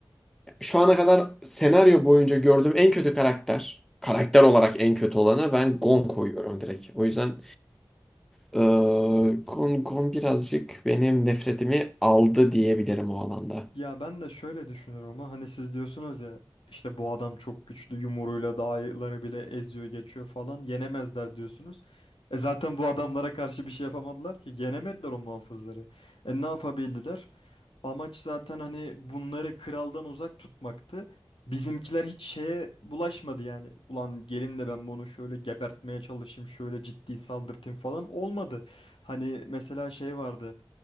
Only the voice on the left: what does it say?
Ya ben de şöyle düşünüyorum ama hani siz diyorsunuz ya işte bu adam çok güçlü yumruğuyla dağları bile eziyor geçiyor falan yenemezler diyorsunuz. E zaten bu adamlara karşı bir şey yapamadılar ki yenemediler o muhafızları. E ne yapabildiler? Amaç zaten hani bunları kraldan uzak tutmaktı. Bizimkiler hiç şeye bulaşmadı yani. Ulan gelim de ben bunu şöyle gebertmeye çalışayım, şöyle ciddi saldırtayım falan olmadı. Hani mesela şey vardı.